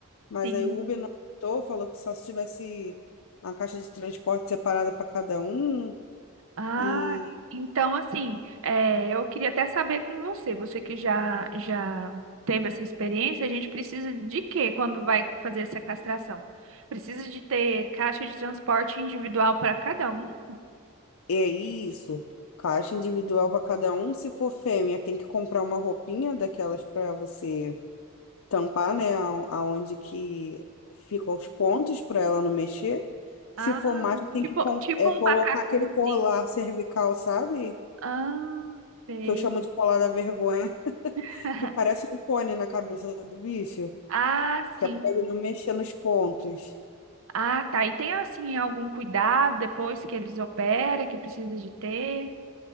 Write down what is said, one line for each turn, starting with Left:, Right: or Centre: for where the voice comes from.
Left: Mas
Right: Sim.
Left: aí o Uber não aceitou, falou que só se tivesse uma caixa de transporte separada para cada um.
Right: Ah,
Left: E
Right: então assim, é, eu queria até saber com você, você que já já teve essa experiência, a gente precisa de quê quando vai fazer essa castração? Precisa de ter caixa de transporte individual para cada um?
Left: é isso. Caixa individual para cada um. Se for fêmea, tem que comprar uma roupinha daquelas para você tampar, né, a- aonde que ficam os pontos para ela não mexer. Se
Right: Ah,
Left: for macho, tem
Right: tipo,
Left: que com-
Right: tipo
Left: é,
Right: um
Left: colocar
Right: macacãozinho.
Left: aquele colar cervical, sabe?
Right: Ah, sei.
Left: Que eu chamo de colar da vergonha, <laughs>
Right: <laughs>
Left: que parece um cone na cabeça do bicho,
Right: Ah,
Left: que
Right: sim.
Left: é para ele não mexer nos pontos.
Right: Ah, tá. E tem assim algum cuidado depois que eles operam que precisa de ter?